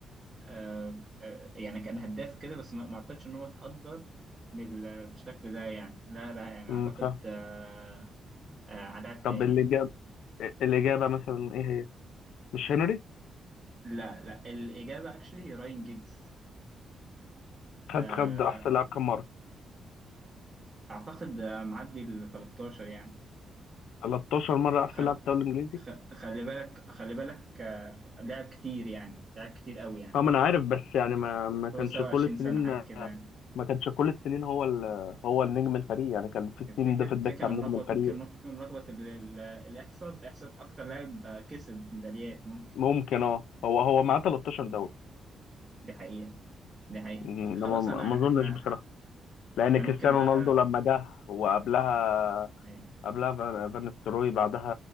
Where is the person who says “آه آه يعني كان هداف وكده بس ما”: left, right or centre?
Right